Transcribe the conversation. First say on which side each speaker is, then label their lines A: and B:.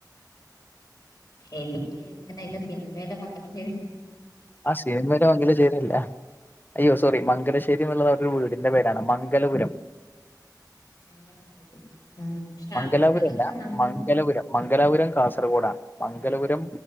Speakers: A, on the left; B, on the left.
A: എനിക്ക് ഇങ്ങനെ ഇല്ല സിനിമേലേ മംഗലശേരി,
B: ആ സിനിമലോ <unintelligible> അയ്യോ സോറി മംഗലശ്ശേരി എന്നുള്ളത് അവരുടെ വീടിൻന്റെ പേരാണ് മംഗലപുരം.
A: <unintelligible> <unintelligible>
B: മംഗലാപുരം
A: അതൊക്കെ
B: അല്ല
A: നമുക്ക്,
B: മംഗലപുരം മംഗലാപുരം കാസർഗോഡാണ്. മംഗലപുരം,